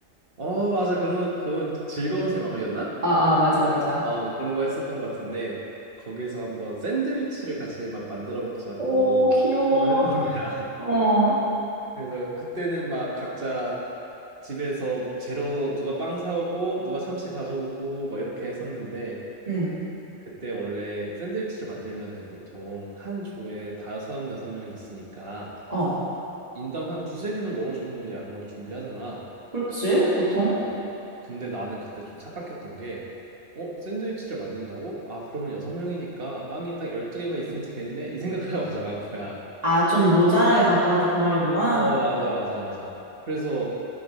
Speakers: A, on the right (about 50°); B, on the right (about 30°).
A: 어 맞아 그런 건 그건 즐거운 생활이었나?
B: 아, 아, 맞아, 맞아.
A: 어 그런 거 했었던 것 같은데 거기서 한번 샌드위치를 같이 막 만들어 먹자고
B: 오, 귀여워.
A: 수업을 했던 거야. <laughs>
B: 어,
A: 그래서 그때는 막 각자 집에서 재료 누가 빵 사오고 누가 참치 가져오고 막 이렇게 했었는데
B: 응,
A: 그때 원래 샌드위치를 만들면은 보통 한 조에 다섯, 여섯 명이 있으니까
B: 어.
A: 인당 한 두 세 개는 먹을 정도로 양으로 준비하잖아.
B: 그렇지, 보통?
A: 어, 근데 나는 그때 좀 착각했던 게, 어, 샌드위치를 만든다고? 아, 그러면 여섯 명이니까 빵이 딱 열두 개만 있으면 되겠네? 이 생각하고 <laughs> 가져간 거야.
B: 아, 좀 모자라게 갖고 왔다 그 말이구나.
A: 어, 맞아, 맞아, 맞아. 그래서